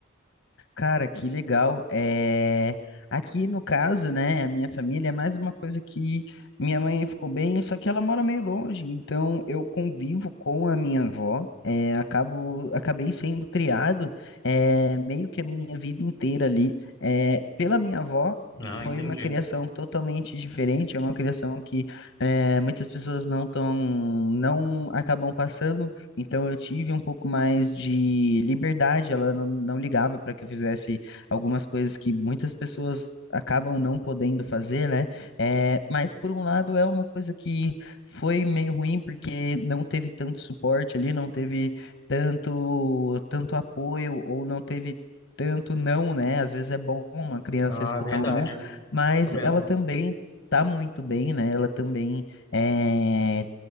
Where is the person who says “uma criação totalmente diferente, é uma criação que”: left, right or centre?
Left